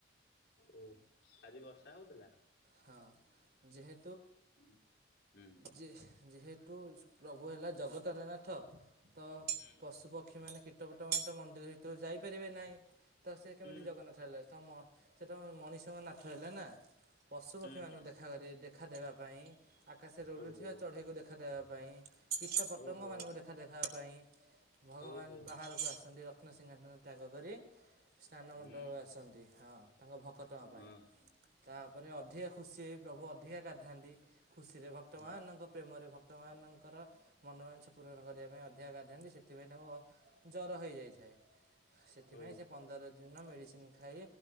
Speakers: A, on the left; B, on the right.
A: ଓ ଆଜି ବର୍ଷା ହଉଥିଲା?
B: ହଁ ଯେହେ
A: <inaudible> ହୁଁ
B: ଯେ ଯେହେତୁ ପ୍ରଭୁ ହେଲା ଜଗତରନାଥ। ତ
A: ହୁଁ।
B: ପଶୁପକ୍ଷୀମାନେ କୀଟପର୍ତ୍ତମ <unintelligible> ତ ମନ୍ଦିର ଭିତରୁ ଯାଇପାରିବେ ନାହିଁ। ତ ସେ କେମିତି
A: ହୁଁ
B: ଜଗନ୍ନାଥ ହେଲେ? ତ ସେ ତ ମଣିଷଙ୍କ ନା <unintelligible> ଥ ହେଲେ ନା? ପଶୁପକ୍ଷୀମାନଙ୍କୁ
A: ହୁଁ ହୁଁ
B: ଦେଖାକ <inaudible> ଦେଖା ଦେବା ପାଇଁ ଆକାଶରେ ଉଡୁଥିବା
A: ଓହୋ
B: ଚଢ଼େଇକୁ ଦେଖା ଦେବା ପାଇଁ, କିଟ ପତଙ୍ଗ
A: ଓହୋ
B: ମାନଙ୍କୁ ଦେଖା ଦେଖିବା ପାଇଁ ଭଗବାନ
A: ଓହୋ
B: ବାହାରକୁ ଆସନ୍ତି ରତ୍ନସିଂହାସନ ତ୍ୟାଗ କରି। ସ୍ନାନ ମଣ୍ଡପ
A: ହୁଁ
B: ଆସନ୍ତି। ହଁ ତାଙ୍କ ଭକ୍ତଙ୍କ ପାଇଁ,
A: ହଁ।
B: ତା ତାପରେ ଅଧିକା ଖୁସି ହେଇ ପ୍ରଭୁ ଅଧିକା ଗାଧାନ୍ତି ଖୁସିରେ, ଭକ୍ତବାନଙ୍କ
A: ହୁଁ
B: ପ୍ରେମରେ ଭକ୍ତମାନଙ୍କ ତାଙ୍କର ମନୋବାଞ୍ଛା ପୂରଣ କରିବା ପାଇଁ ଅଧିକା ଗାଧାନ୍ତି। ସେଥିପାଇଁ ତାଙ୍କୁ ଆ ଜର ହୋଇଯାଇଥାଏ। ସେଥିପାଇଁ
A: ଓହୋ
B: ସେ ପନ୍ଦର ଦିନ ମେଡ଼ିସିନ ଖାଇ